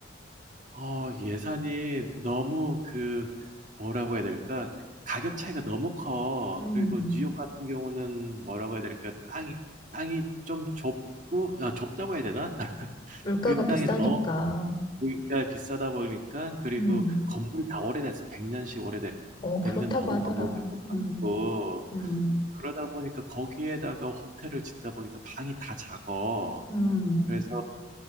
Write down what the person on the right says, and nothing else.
어 예산이 너무 그 뭐라고 해야 될까? 그 가격 차이가 너무 커.
그리고 뉴욕 같은 경우는 뭐라고 해야 될까? 땅이 땅이 좀 좁고 아 좁다고 해야 되나? <laughs>
그
땅이 너무 그러니까 비싸다 보니까 그리고
건물이 다 오래됐어. 100 년씩 오래됐
100년
넘은
건물들도
많고
그러다 보니까 거기에다가 호텔을 짓다 보니까 방이 다 작아.
그래서